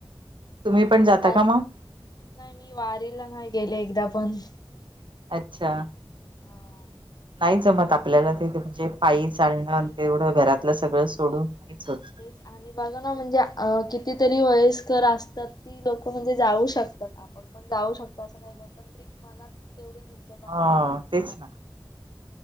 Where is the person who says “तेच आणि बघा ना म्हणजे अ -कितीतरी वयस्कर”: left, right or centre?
Left